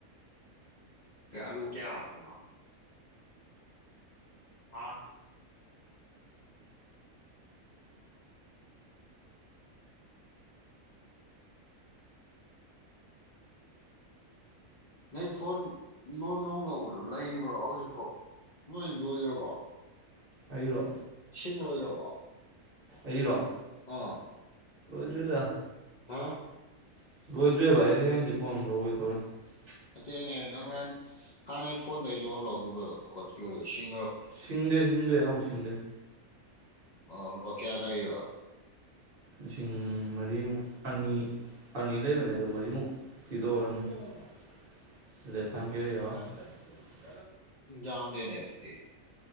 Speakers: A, on the left; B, on the right.
A: ꯀ꯭ꯌꯥ ꯑꯜꯂꯨ ꯀ꯭ꯌꯥ ꯍꯥꯞꯇꯣꯢꯅꯣ ꯑꯥ ꯅꯪꯒꯤ ꯐꯣꯟ ꯅꯣ ꯅꯣ ꯂꯧꯕꯗꯣ ꯂꯩꯔꯤꯕ꯭ꯔꯣ ꯍꯧꯖꯤꯛꯐꯥꯎ ꯅꯣꯏ ꯂꯣꯏꯈ꯭ꯔꯕꯣ
B: ꯑꯩꯔꯣ
A: ꯁꯤꯡ ꯂꯣꯢꯈ꯭ꯔꯕꯣ
B: ꯑꯩꯔꯣ
A: ꯑꯥ
B: ꯑꯗꯨꯗꯣ
A: ꯍꯥꯥ
B: <unintelligible>
A: ꯅꯠꯇꯦꯅꯦ ꯅꯪ ꯅꯍꯥꯟ ꯍꯥꯟꯅꯩ ꯐꯣꯟꯗꯩ ꯂꯣꯟ ꯂꯧꯒꯤꯕ ꯈꯣꯠꯈꯤꯕ ꯁꯤꯡ
B: ꯁꯤꯡꯗꯦ ꯁꯤꯡꯗꯦ ꯑꯃꯨ ꯁꯤꯡꯗꯦ
A: ꯑ ꯂꯨꯄꯥ ꯀꯌꯥ ꯂꯩꯑꯦꯕ
B: ꯂꯤꯁꯤꯡ ꯃꯔꯤꯃꯨꯛ ꯑꯅꯤ ꯑꯅꯤ ꯂꯩꯕꯅꯦꯗꯣ ꯃꯔꯤ ꯃꯨꯛ ꯄꯤꯗꯣꯈ꯭ꯔꯝꯅꯤ <unintelligible>
A: ꯏꯟ ꯌꯥꯝꯗꯦꯅꯦ ꯑꯗꯨꯗꯤ